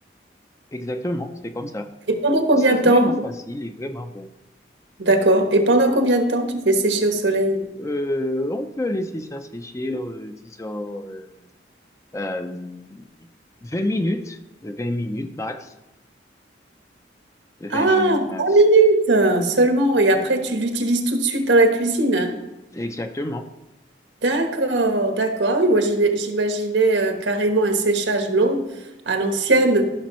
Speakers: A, on the left; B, on the right.
A: Exactement, c'est comme ça.
B: Et pendant combien
A: C'est vraiment
B: de temps?
A: facile et vraiment bon.
B: D'accord. Et pendant combien de temps tu fais sécher au soleil?
A: Euh, on peut laisser ça sécher, euh, disons, euh, euh, 20 minutes, 20 minutes max, 20
B: Ah,
A: minutes
B: 20
A: max.
B: minutes seulement. Et après, tu l'utilises tout de suite dans la cuisine.
A: Exactement.
B: D'accord, d'accord. Ah Oui, moi j'ina- j'imaginais euh, carrément un séchage long à l'ancienne,